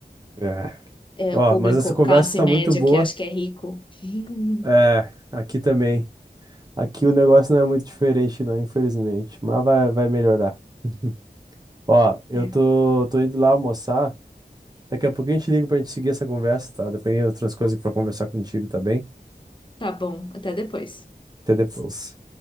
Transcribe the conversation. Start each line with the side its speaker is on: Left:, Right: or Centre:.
Right: É.
Left: É,
Right: Ó,
Left: o público
Right: mas essa conversa
Left: classe
Right: tá
Left: média
Right: muito boa.
Left: que acha que é rico. <laughs>
Right: É, aqui também. Aqui o negócio não é muito diferente, não, infelizmente. Mas vai, vai melhorar. <laughs> Ó, eu
Left: É.
Right: tô, tô indo lá almoçar. Daqui a pouquinho eu te ligo pra gente seguir essa conversa, tá? Depois tem outras coisas pra conversar contigo, tá bem?
Left: Tá bom, até depois.
Right: Até depois.